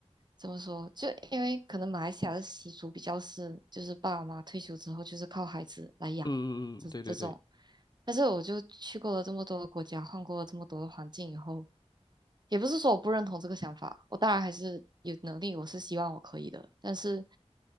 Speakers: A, on the right; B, on the left.
A: 怎么说？就因为可能马来西亚的习俗比较是，就是爸爸妈妈退休之后就是靠孩子来养，
B: 嗯嗯嗯，
A: 这这种。
B: 对对对，
A: 但是我就去过了这么多的国家，换过了这么多的环境以后，也不是说我不认同这个想法，我当然还是有能力，我是希望我可以的。但是，